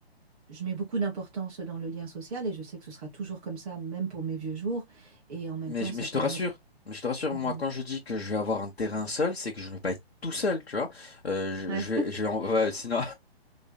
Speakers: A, on the right; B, on the left.
A: je mets beaucoup d'importance dans le lien social et je sais que ce sera toujours comme ça, même pour mes vieux jours. Et en même
B: Mais,
A: temps,
B: je-
A: ça
B: mais je
A: permet...
B: te rassure, mais je te rassure,
A: de
B: moi,
A: hmm,
B: quand je dis que je vais avoir un terrain seul, c'est que je ne vais pas être tout seul, tu vois. Euh,
A: Ouais.
B: je, je vais,
A: <laughs>
B: je vais en- ouais, sinon,